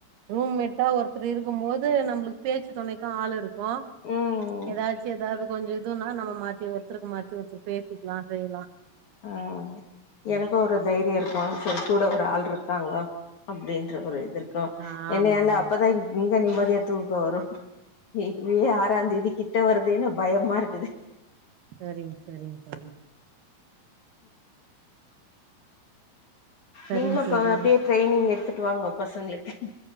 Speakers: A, on the right; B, on the left.
A: ரூம் மெட்டா ஒருத்தரு இருக்கும் போது நம்மளுக்கு பேச்சு தொணைக்கும் ஆள்ருக்கு ருக்கும்
B: ம்
A: யெதாச்சும் யேதாவது கொஞ்சம் யிதுன்னா நம்ம மாத்தி ஒருத்தருக்கு மாத்தி ஒருத்தரு பேசிக்கலா செய்யலா
B: ஆ யெனக்கு
A: ம்
B: ஒரு தைரியருக்கு சரி கூட ஒரு ஆள்ருக்காங்க அப்டின்ற ஒரு யிதுருக்கு
A: ஆ
B: யென்ன
A: ஆமா
B: அந்த
A: ஆமா
B: அப்பதான் நிம்மதியா தூக்க வரும் யி ஆறாந்தேதி கிட்ட வருதேன்னு பயமாருக்கு எது
A: செரிங்க சரிங்க தோழி
B: <inaudible>
A: சரிங்க
B: நீங்களும் இப்ப
A: தோழி
B: அப்டியே ட்ரைனிங் எடுத்துட்டு வாங்க பசங்களுக்கு